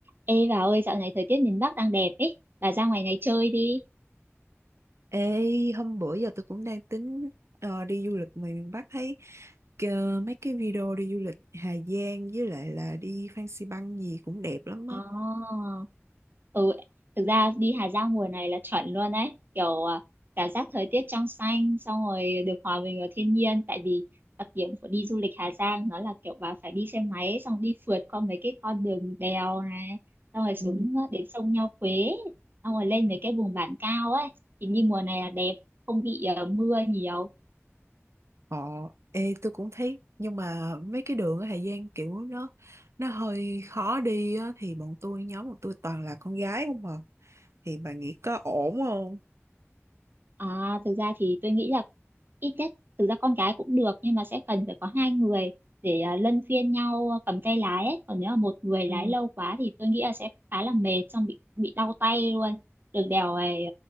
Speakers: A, on the right; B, on the right.
A: Ê bà ơi, dạo này thời tiết miền Bắc đang đẹp ấy, bà ra ngoài này chơi đi.
B: Ê, hôm bữa giờ tôi cũng đang tính ờ, đi du lịch ngoài miền Bắc thấy ờ, mấy cái video đi du lịch Hà Giang với lại là đi Phan Xi Păng gì cũng đẹp lắm á.
A: Ồ, ừ, thực ra đi Hà Giang mùa này là chuẩn luôn ấy, kiểu à, cảm giác thời tiết trong xanh, xong rồi được hòa mình vào thiên nhiên, tại vì đặc điểm của đi du lịch Hà Giang nó là kiểu bà phải đi xe máy, xong đi phượt qua mấy cái con đường đèo này, xong rồi xuống
B: Ừ,
A: ờ, đến sông Nho Quế, xong rồi lên mấy cái vùng bản cao ấy, thì đi mùa này là đẹp, không bị à, mưa nhiều.
B: Ờ, ê, tôi cũng thấy nhưng mà mấy cái đường ở Hà Giang kiểu nó nó hơi khó đi á thì bọn tôi nhóm bọn tôi toàn là con gái không à. Thì bà nghĩ có ổn không?
A: À, thực ra thì tôi nghĩ là ít nhất thực ra con gái cũng được nhưng mà sẽ cần phải có hai người để à, luân phiên nhau cầm tay lái ấy. Còn nếu mà một người
B: Ừ.
A: lái lâu quá thì tôi nghĩ là sẽ khá là mệt xong bị bị đau tay luôn. Đường đèo này